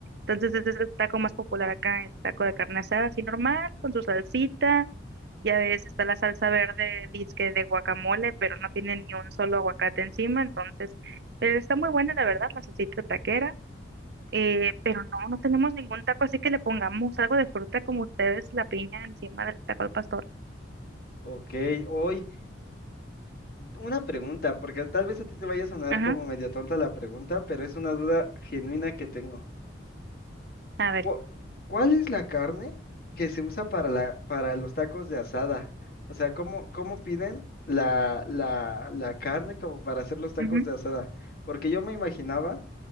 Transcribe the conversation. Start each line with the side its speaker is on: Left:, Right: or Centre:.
Right: Entonces ese es el taco más popular acá, el taco de carne asada, así normal, con su salsita. Ya ves, está la salsa verde, disque de guacamole, pero no tiene ni un solo aguacate encima, entonces, pero está muy buena la verdad, la salsita taquera. Eh, pero no, no tenemos ningún taco, así que le pongamos algo de fruta como ustedes, la piña encima del taco al pastor.
Left: Ok, hoy. Una pregunta, porque tal vez a ti te vaya a sonar
Right: Ajá,
Left: como medio tonta la pregunta, pero es una duda genuina que tengo.
Right: a ver.
Left: ¿Cu- ¿Cuál es la carne que se usa para la, para los tacos de asada? O sea, ¿cómo, cómo piden la, la, la carne como para hacer los tacos
Right: ujú.
Left: de asada? Porque yo me imaginaba